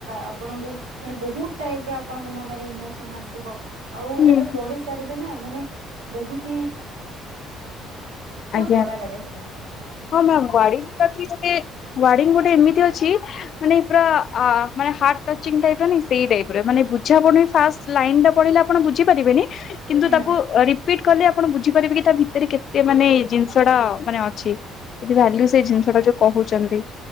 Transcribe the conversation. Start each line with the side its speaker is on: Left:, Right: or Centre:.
Right: ଆପଣଙ୍କୁ ମାନେ ବହୁତ ଟାଇପର ଆପଣଙ୍କ ମନରେ ଇମୋସନ ଆସିବ। ଆଉ
Left: ହୁଁ
Right: ଯେତେବେଳେ ପଢି ସାରିବେ ନା ମାନେ ବହୁତ
Left: ଆଜ୍ଞା।
Right: ବଢିଆ ଲାଗେ ସେଠି।
Left: ହଁ ମୱଡିଙ୍ଗା ଗୋଟେ ଡିଙ୍ଗ ଗୋଟେ ଏମିତି ଅଛି ମାନେ ପୁରା ମାନେ ହାର୍ଚିପ ସେଇ ଟାଇପ ମାନେ ବୁଝା ପଡୁନି ପଢିଲା ଆପଣ ବୁଝିପାରିବେନି ଆପଣ କିନ୍ତୁ
Right: ହୁଁ
Left: ତାକୁ ରିପିଟକଲେ ବୁଝି ପାରିବେ କି ତା ଭିତରେ ମାନେ ଜିନିଷଟା ମାନେ ଅଛି ଯଦି ଭାଲ୍ୟୁ ସେ ଜିନିଷ ଟା ଯୋଉ କହୁଛନ୍ତି।